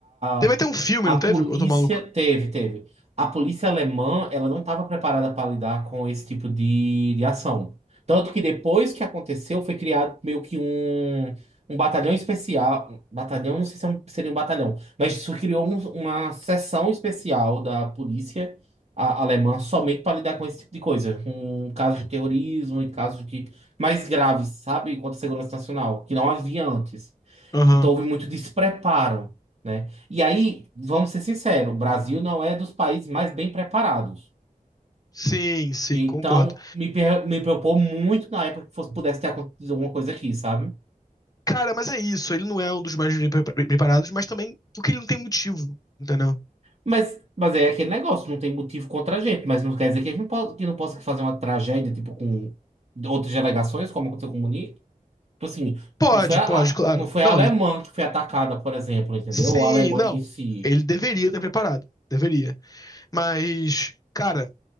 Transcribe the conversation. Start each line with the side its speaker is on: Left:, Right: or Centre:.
Left: Teve
Right: a,
Left: até um filme,
Right: a
Left: não
Right: polícia
Left: teve? Eu tô maluco.
Right: teve, teve. A polícia alemã, ela não estava preparada para lidar com esse tipo de, de ação. Tanto que depois que aconteceu, foi criado meio que um, um batalhão especial. um Batalhão, não sei se é um- seria um batalhão, mas isso criou um- uma seção especial da polícia a- alemã somente para lidar com esse tipo de coisa. Com casos de terrorismo e casos de mais graves, sabe? Contra a segurança nacional, que não havia antes.
Left: Aham.
Right: Então houve muito despreparo, né? E aí, vamos ser sinceros, o Brasil não é dos países mais bem preparados.
Left: Sim, sim,
Right: Então,
Left: concordo.
Right: me, per- me preocupou muito na época que fosse, pudesse ter acontecido alguma coisa aqui, sabe?
Left: Cara, mas é isso. Ele não é um dos mais bem pre- preparados, mas também porque ele não tem motivo, entendeu?
Right: Mas, mas é aquele negócio, não tem motivo contra a gente, mas não quer dizer que a gente não possa, que não possa fazer uma tragédia, tipo, com outras delegações, como aconteceu com o Munique. Tipo assim,
Left: Pode,
Right: não foi a,
Left: pode,
Right: a-
Left: claro.
Right: não foi
Left: Não,
Right: a alemã
Left: ele.
Right: que foi atacada, por exemplo, entendeu?
Left: Sim,
Right: Ou a Alemanha
Left: não.
Right: em si.
Left: Ele deveria ter preparado. Deveria. Mas, cara,